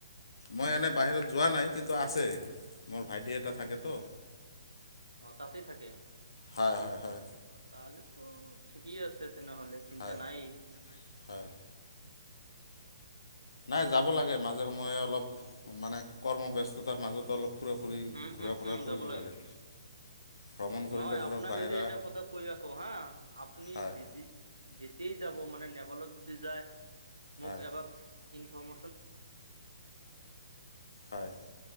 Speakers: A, on the left (about 60°); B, on the right (about 85°).
A: মই
B: অ
A: এনে বাহিৰত যোৱা নাই কিন্তু আছে মোৰ ভাইটি এটা থাকে তো।
B: অঁ তাতেই থাকে?
A: হয় হয় হয়।
B: অঁ' তালেতো ঠিকেই আছে তেনেহ'লে চিন্তা
A: হয়
B: নাই।
A: হয়। নাই যাব লাগে মাজে সময়ে অলপ মানে কৰ্মব্যস্ততাৰ মাজতো অলপ ফুৰা ফুৰি
B: উম
A: ঘূৰা
B: উম
A: ফুৰা
B: উম
A: কৰিব
B: যাব
A: লাগে। ভ্ৰমণ কৰিলে
B: নহয়
A: ধৰক
B: আপোনাক
A: বাহিৰা
B: যে এটা কথা কৈ ৰাখো হা' আপনি
A: হয়
B: যিদি যেতিয়াই যাব মানে নেপালত যদি যায় মোক
A: হয়
B: এক ইনেশ্যন
A: হয়।